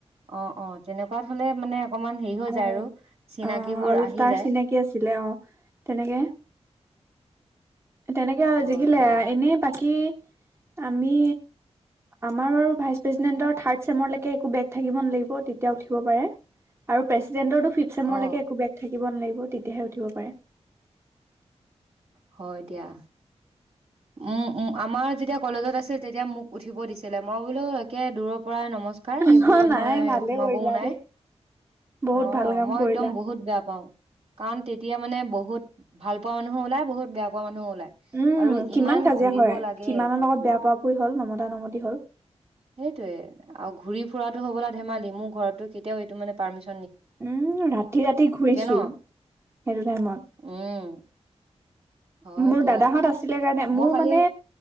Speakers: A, on the right; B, on the right.
A: অ অ তেনেকুৱাত হ'লে মানে। অকমান হেৰি হৈ
B: অ
A: যায় আৰু চিনাকিবোৰ
B: অ আৰু
A: আহি
B: তাৰ
A: যায়
B: চিনাকি আছিলে অ তেনেকে তেনেকে আৱ
A: হয়
B: জিকিলে
A: দিয়া
B: আৱ এনে বাকী আমি আমাৰ বাও ভাইচ প্ৰেচিডেণ্টৰ থাৰ্ড ছেমৰ লেকে একো ব্ৰেক থাকিব নেলাগিব তেতিয়া উঠিব পাৰে। আৰু প্ৰেছিড্ৰেনটৰতো ফিপচেমৰ
A: অ
B: লেকে একো বেক থাকিব নেলাগিব তেতিয়াহে উঠিব পাৰে।
A: হয় দিয়া। উম উম আমাৰ যেতিয়া কলেজত আছিল তেতিয়া মোক উঠিব দিছিলে মই বোলো একে দূৰৰ পৰাই নম নমস্কাৰ
B: অ
A: এইবোৰত
B: নাই
A: মই
B: ভালে
A: সোমাবও
B: কৰিলা
A: নাই।
B: দেই। বহুত
A: অ
B: ভাল কাম
A: মই
B: কৰিলা
A: একদম বহুত বেয়া পাওঁ। কাৰণ তেতিয়া মানে বহুত ভাল পোৱা মানুহো ওলাই বহুত বেয়া পোৱা মানুহো ওলাই
B: উম
A: আৰু
B: কিমান
A: ইমান
B: কাজিয়া
A: ঘুৰিব
B: হয়
A: লাগে
B: কিমানৰ
A: বাপৰে
B: লগত বেয়া
A: বাপ,
B: পোৱা পুৰি হ'ল নমতা নমতি হ'ল
A: সেইটোয়ে আৰু ঘূৰি ফুৰাটো হ'বলা ধেমালি মোৰ ঘৰতটো কেতিয়াও এইটো মানে। পাৰ্মিচন
B: উম ৰাতি ৰাতি ঘূৰিছো
A: ন
B: সেইটো টাইমত
A: উম হয়
B: মোৰ
A: দিয়া
B: দাদাহঁত আছিলে কাৰণে
A: মই
B: মোৰ
A: খালি
B: মানে।